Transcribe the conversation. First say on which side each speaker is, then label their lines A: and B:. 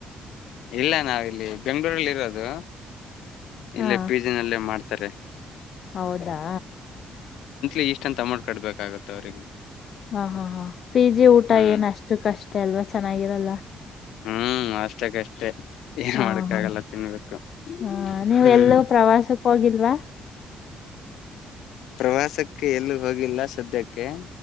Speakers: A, on the left; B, on the left.
A: ಇಲ್ಲ ನಾವಿಲ್ಲಿ ಬೆಂ್ಗಳೂರಲ್ಲಿ ಇರೋದು
B: ಹಾ
A: ಇಲ್ಲ ಪಿ ಜಿನಲ್ಲ ಮಾಡ್ತವಿ ಸರಿ
B: ಹೌದಾ
A: ಇ ಇಷ್ಟ ಅಂತ ಮಾಡ್ ಕಟ್ಬೇಕಾಗುತ್ತೆ ಅವ್ರಿಗೆ
B: ಹಾ ಹಾ ಹಾ ಪಿ ಜಿ ಊಟ
A: ಹ್ಮ್
B: ಏನ್ ಅಷ್ಟು ಕಷ್ಟ ಅಲ್ವಾ ಚೆನ್ನಾಗಿರಲ್ಲ <inaudible>
A: ಹ್ಮ್ ಅಷ್ಟಕ್ಕಷ್ಟೇ ಏನ್
B: ಹಾ
A: ಮಾಡಕ್ಕ
B: ಹಾ
A: ಆಗಲ್ಲ ತಿನ್ಬೇಕು
B: ಹಾ ನೀವು
A: ಹ್ಮ್
B: ಎಲ್ಲೂ ಪ್ರವಾಸಕ್ಕೆ ಹೋಗಿಲ್ವಾ
A: ಪ್ರವಾಸಕ್ಕೆ ಎಲ್ಲಿ ಹೋಗಿಲ್ಲ ಸದ್ಯಕ್ಕೆ